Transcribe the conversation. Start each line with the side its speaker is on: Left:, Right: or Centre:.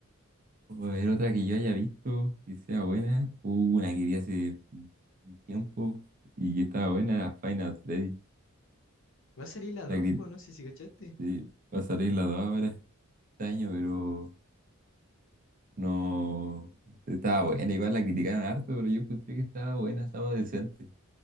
Right: O A ver, otra que yo haya visto que sea buena. Hubo una que vi hace un un tiempo y que estaba buena, era Final Freddy.
Left: Va a salir la dos
Right: La que
Left: pues, no sé si cachaste.
Right: eh, va a salir la 2 ahora este año, pero no estaba buena. Igual la criticaron harto, pero yo encontré que estaba buena, estaba decente.